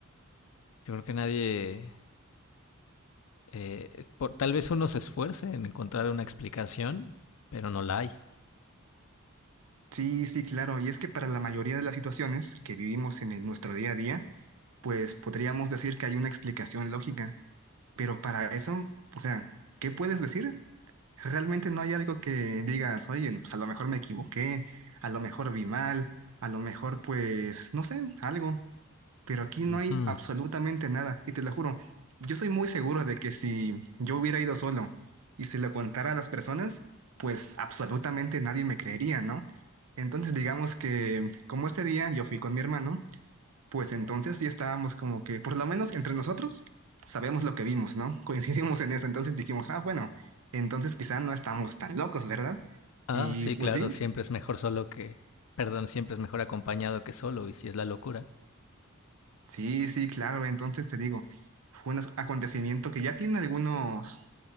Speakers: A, on the left; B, on the right.
A: yo creo que nadie, eh, por- tal vez uno se esfuerce en encontrar una explicación, pero no la hay.
B: Sí, sí, claro. Y es que para la mayoría de las situaciones que vivimos en el- nuestro día a día, pues podríamos decir que hay una explicación lógica, pero para eso, o sea, ¿qué puedes decir? Realmente no hay algo que digas, oye, pues a lo mejor me equivoqué, a lo mejor vi mal, a lo mejor pues, no sé, algo, pero aquí no
A: Ujú.
B: hay absolutamente nada, y te lo juro, yo soy muy seguro de que si yo hubiera ido solo y se lo contara a las personas, pues absolutamente nadie me creería, ¿no? Entonces digamos que como este día yo fui con mi hermano, pues entonces sí estábamos como que, por lo menos entre nosotros, sabemos lo que vimos, ¿no? <laughs> Coincidimos en eso, entonces dijimos, ah, bueno, entonces quizá no estamos tan locos, ¿verdad?
A: Ah,
B: Y
A: sí, claro,
B: pues sí,
A: siempre es mejor solo que, perdón, siempre es mejor acompañado que solo, y si es la locura.
B: sí, sí, claro, entonces te digo, fue un acontecimiento que ya tiene algunos,